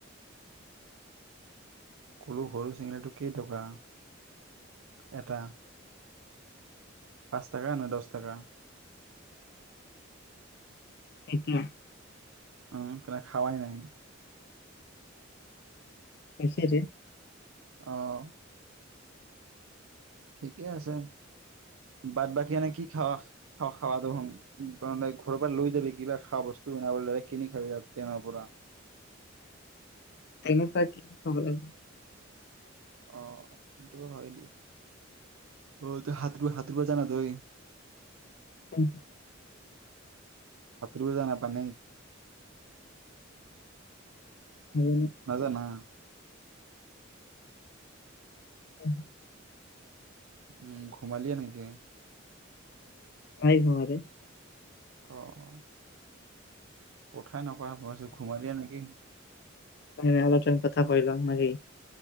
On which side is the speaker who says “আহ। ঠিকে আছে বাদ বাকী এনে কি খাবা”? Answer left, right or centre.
Right